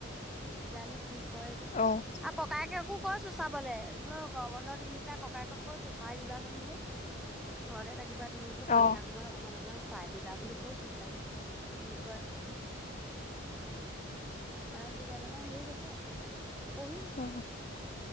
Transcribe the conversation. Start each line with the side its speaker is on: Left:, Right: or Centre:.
Centre: জানো কি কৰে এতিয়া
Left: অ',
Centre: আৰু ককায়েকেকো কৈছো চাবলৈ বোলো গৰম বন্ধৰ দিনকিটা ককায়েকক কৈছোঁ চাই দিবাচোন ঘৰতে থাকিবা তুমি বোলো সন্ধিয়া
Left: অ',
Centre: সময়ত অকমান অকমান চাই দিবা বুলি কৈছো এতিয়া কি কয়। চাই দিলে মানে হেৰি হব আৰু পঢ়িব।
Left: অ'